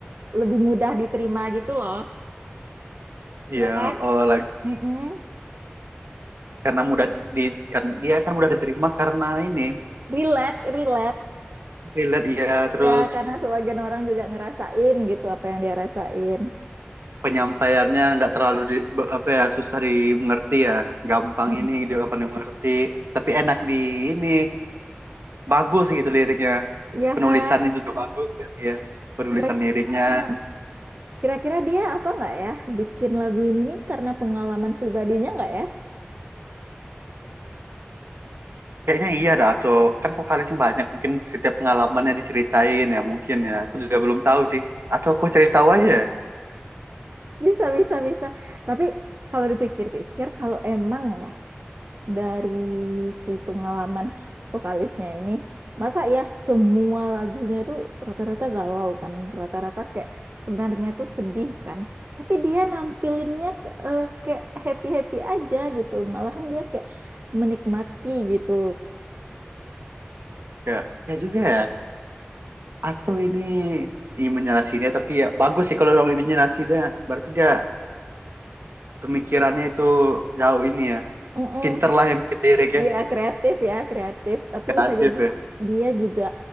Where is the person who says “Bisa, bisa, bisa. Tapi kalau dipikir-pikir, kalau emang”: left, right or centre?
Right